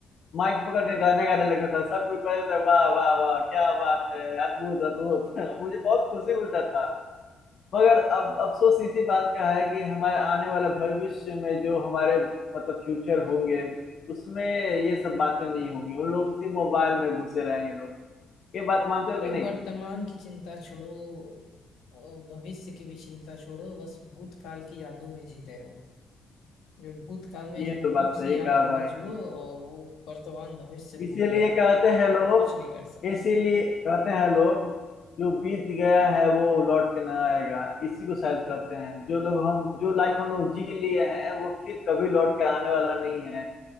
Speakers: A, on the left; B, on the left.
A: माइक पकड़ के गाने गाने लगता था सब कोई कहता था वाह वाह वाह क्या बात है अद्भुत अद्भुत <laughs> मुझे बहुत खुशी मिलता था मगर अब अफसोस इसी बात का है कि हमारे आने वाले भविष्य में जो हमारे मतलब फ्यूचर होंगे उसमें ये सब बातें नहीं होंगी उन लोग सिर्फ मोबाइल में घुसे रहेंगे लोग ये बात मानते हो
B: अरे
A: कि नहीं
B: वर्तमान की चिंता छोड़ो और भविष्य की भी चिंता छोड़ो बस भूतकाल की यादों में जीते रहो जो भूतकाल में
A: ये
B: जो हुआ
A: तो बात
B: उसी
A: सही
B: यादों
A: कहा भाई
B: में जो और वो वर्तमान भविष्य
A: इसीलिए
B: भूल जाओ
A: कहते हैं लोग
B: और कुछ नहीं कर सकते
A: इसीलिए कहते हैं लोग जो बीत गया है वो लौट के ना आएगा इसी को शायद कहते हैं जो लोग हम जो लाइफ हम लोग जी लिए हैं वो फिर कभी लौट के आने वाला नहीं है